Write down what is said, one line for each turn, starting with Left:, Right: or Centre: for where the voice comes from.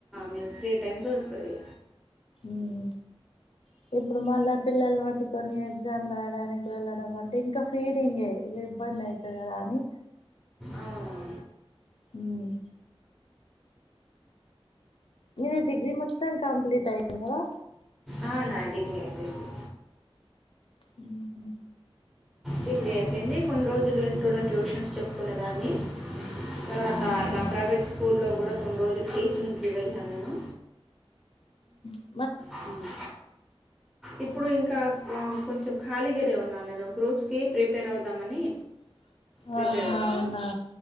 Centre: మీక్ ఫ్రీ టైమ్ దొరుకుతది.
Left: మ్మ్మ్ ఇప్పుడు మళ్ళాప్ పిల్లల్ను వట్టుకొన్ని ఎగ్జామ్ రాయడానికి వెళ్ళడం, అంటే ఇంకా ఫీడింగే ఇబ్బంది అయితది. కదా అని
Centre: అవునవును
Left: హ్మ్ నీది డిగ్రీ మొత్తం కంప్లీట్ అయింది. గదా
Centre: ఆ, నా డిగ్రీ అయిపోయింది.
Left: హు హ్
Centre: డిగిరీ అయిపైంది. కొన్ రోజులు ఇంట్లోనే, ట్యూషన్స్ చెప్పుకునేదాన్ని తర్వాత
Left: ఊహూ
Centre: ఇలా ప్రవేట్ స్కూల్ లో కూడా కొన్ రోజులు టీచింగ్కి వెళ్ళాన్, నేను
Left: ఆ
Centre: హ్మ్ ఇప్పుడు ఇంకా కో కొంచెం ఖాళీగారే ఉన్నాను. నేను గ్రూప్స్కి ప్రిపేర్ అవుదామని, ప్రిపేర్
Left: ఆహా
Centre: అవుతున్నాను.
Left: అవునా